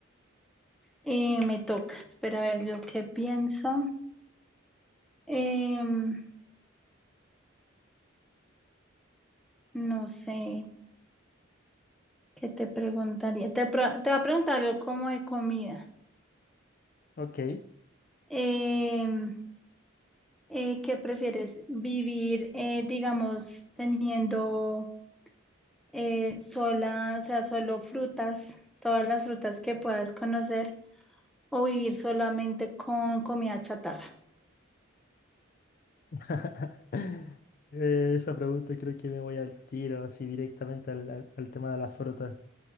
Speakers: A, in the centre; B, on the left.
A: Eh, me toca. Espera a ver, yo qué pienso. Em, no sé, ¿qué te preguntaría? Te, pro- te voy a preguntar algo como de comida.
B: Ok.
A: Em, eh, ¿qué prefieres? ¿Vivir, eh, digamos, teniendo eh, sola, o sea, solo frutas, todas las frutas que puedas conocer, o vivir solamente con comida chatarra?
B: <laughs> Eh, esa pregunta creo que me voy al tiro, así directamente al, al- al tema de las frutas.